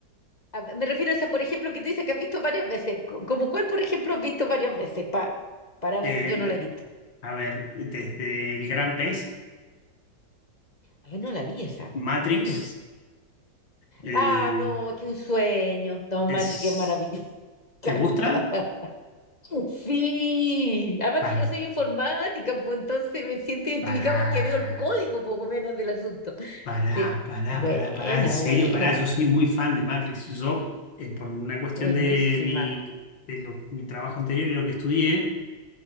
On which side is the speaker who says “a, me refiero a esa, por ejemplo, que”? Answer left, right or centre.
Left